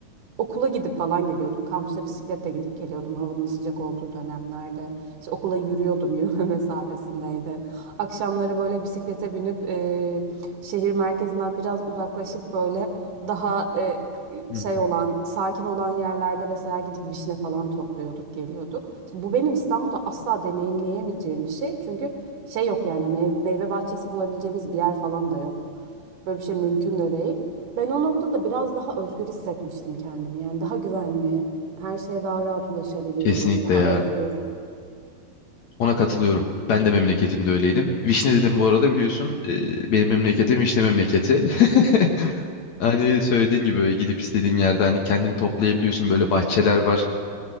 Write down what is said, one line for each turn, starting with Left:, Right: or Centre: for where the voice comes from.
Right: okula gidip falan geliyordum. Kampüse bisikletle gidip geliyordum havanın sıcak olduğu dönemlerde. İşte okula yürüyordum, yürüme <laughs> mesafesindeydi. Akşamları böyle bisiklete binip e, şehir merkezinden biraz uzaklaşıp böyle daha e,
Left: Hı
Right: şey
Left: hı.
Right: olan, sakin olan yerlerde mesela gidip vişne falan topluyorduk, geliyorduk. Şimdi bu benim İstanbul'da asla deneyimleyemeyeceğim bir şey. Çünkü şey yok yani meyve, meyve bahçesi bulabileceğimiz bir yer falan da yok. Böyle bir şey mümkün de değil. Ben o noktada biraz daha özgür hissetmiştim kendimi. Yani daha güvenli, her şeye daha rahat ulaşabiliyorum,
Left: Kesinlikle
Right: daha
Left: ya.
Right: özgür.
Left: Ona katılıyorum. Ben de memleketimde öyleydim. Vişne dedim bu arada biliyorsun. e, benim memleketim Vişne memleketi. <laughs> Hani söylediğin gibi böyle gidip istediğin yerde hani kendini toplayabiliyorsun böyle bahçeler var.